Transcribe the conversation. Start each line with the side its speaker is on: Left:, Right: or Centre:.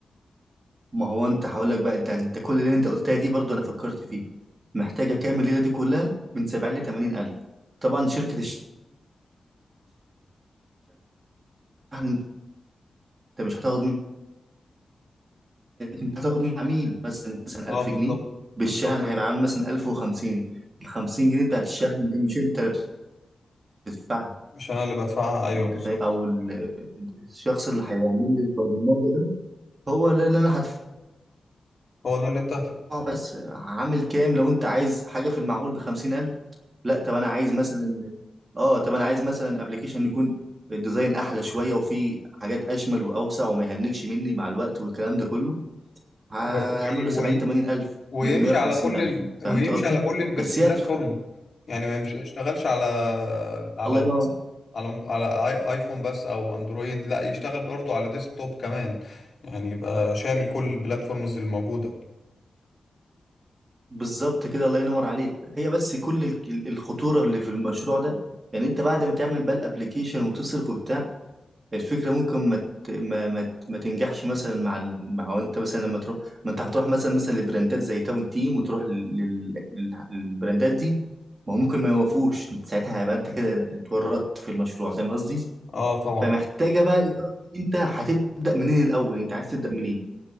Right: ما هو انت هقول لك بقى انت انت كل الليله انت قلتها دي برضو انا فكرت فيها محتاجه كام الليله دي كلها من 70 ل 80 الف طبعا شركه الشحن انت مش هتاخد منك انت هتاخد من عميل مثلا مثلا
Left: اه
Right: 1000
Left: بالظبط
Right: جنيه بالشحن
Left: بالظبط
Right: هيبقى عامل مثلا 1050 ال 50 جنيه بتاعت الشحن مش انت اللي بتدفعها
Left: مش انا اللي بدفعها ايوه
Right: انت
Left: بالظبط
Right: فاهم او ال- الشخص اللي هيعمل لي البرمجه ده هو اللي اللي انا هدفعه
Left: هو ده اللي انت هت-
Right: بس عامل كام لو انت عايز حاجه في المعقول ب 50000 لا طب انا عايز مثلا اه طب انا عايز مثلا ابلكيشن يكون الديزاين احلى شويه وفيه حاجات اشمل واوسع وما يهنكش مني مع الوقت والكلام ده كله هعمل
Left: و-
Right: له 70
Left: و-
Right: 80 الف
Left: ويمشي
Right: من ال 150
Left: على كل
Right: الف
Left: ال... ويمشي
Right: فهمت قصدي
Left: على كل البلاتفورم
Right: بس هي
Left: يعني ما يمشي يشتغلش على على
Right: الله ينور
Left: على على آي... ايفون بس او اندرويد لا يشتغل برضو على ديسكتوب كمان يعني يبقى شامل كل البلاتفورمز الموجودة
Right: بالظبط كده الله ينور عليك هي بس كل ال- ال- الخطوره اللي في المشروع ده يعني انت بعد ما تعمل بقى الابلكيشن وتصرف وبتاع الفكرة ممكن ما ت- ما ما, ت- ما تنجحش مثلا مع ال... مع انت مثلا لما تروح ما انت هتروح مثلا مثلا لبراندات زي تاون تيم وتروح لل... لل... للبراندات دي ما هو ممكن ما يوافقوش انت ساعتها هيبقى انت كده اتورطت في المشروع فاهم قصدي
Left: اه طبعا
Right: فمحتاجة بقى إدارة انت هتبدأ منين الأول انت عايز تبدأ منين